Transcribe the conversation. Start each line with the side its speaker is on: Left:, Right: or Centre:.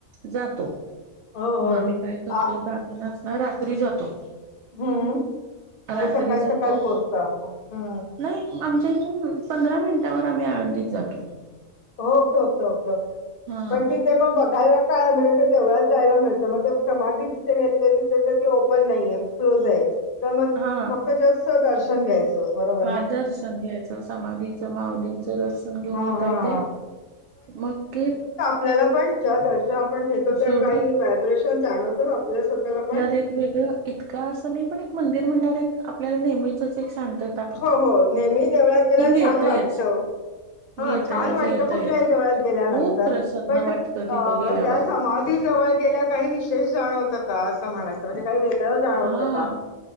Right: जातो.
Left: हो,
Right: मग
Left: हो.
Right: आम्ही काय करतो,
Left: आ
Right: जा <unintelligible> रात्री जातो.
Left: हम्म
Right: रात्री
Left: आणि सकाळी
Right: जातो
Left: सकाळी पोहोचता हम्म.
Right: नाही आमच्या इथून पंधरा मिनिटावर आम्ही आळंदीत जातो.
Left: ओके ओके ओके ओके,
Right: हा
Left: पण तिथे मग बघायलाच काय म्हणजे ते तेवढंच जायला मिळतं. मग ते समाधी जिथे घेतली, तिथे ती ओपन नाहीेये क्लोज आहे. तर मग
Right: हा
Left: फक्त जास्त दर्शन घ्यायचं. बरोबर
Right: हा
Left: ना
Right: दर्शन घ्यायचं समाधीचं माऊली दर्शन घेऊन
Left: हा
Right: येता
Left: हा
Right: येतंय.
Left: हा
Right: मग की
Left: आपल्यालापण ज्या दर्शन आपण घेतो, त्या
Right: शेवटी
Left: काही व्हायब्रेशन जाणवतो आपल्या स्वतःलापण.
Right: वेगवेगळं इतकं असं नाही. पण एक मंदिर म्हणल्यावर एक आपल्याला नेहमीचच एक शांत
Left: हो हो नेहमी देवळात गेल्यावर
Right: येतयच
Left: छान वाटतं. हा
Right: येतयच
Left: छान वाटत
Right: येतयच
Left: कुठल्याही देवळात गेल्यानंतर.
Right: खूप प्रसन्न
Left: पण
Right: वाटतं
Left: अ
Right: तिथं गेल्यावर
Left: त्या समाधी जवळ गेल्या, काही विशेष जाणवतं का असं म्हणायचं म्हणजे काही वेगळं जाणवत
Right: हा
Left: का?